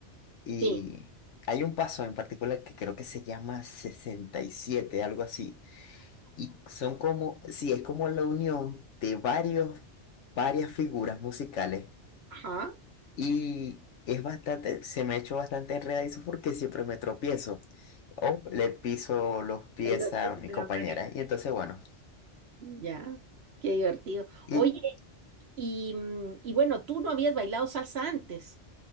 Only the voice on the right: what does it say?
Sí.
Ajá.
Entonces,
la
pared.
Ya, qué divertido.
Oye, y, mm, y bueno, tú no habías bailado salsa antes,